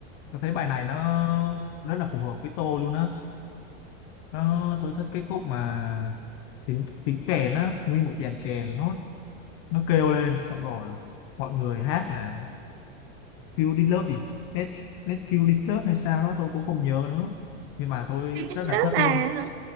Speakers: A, on the left (about 35°); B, on the right (about 55°).
A: tôi thấy bài này nó rất là phù hợp với tôi luôn á nó tôi thích cái khúc mà tiếng tiếng kèn á nguyên một dàn kèn nó nó kêu lên xong rồi mọi người hát nè Q đít lớp gì net net Q đít lớp hay sao đó tôi cũng không nhớ nữa nhưng mà tôi
B: Khi Love
A: rất là thích luôn
B: à hả